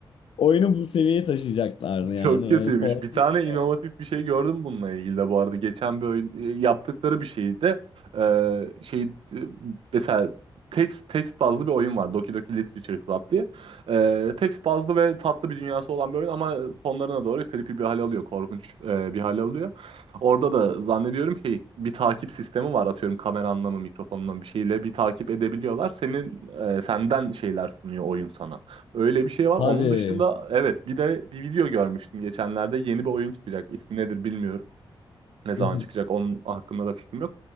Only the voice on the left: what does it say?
oyunu bu seviyeye taşıyacaklardı
yani.
Öyle korkunç
ya.
<laughs> Hadi.
<laughs>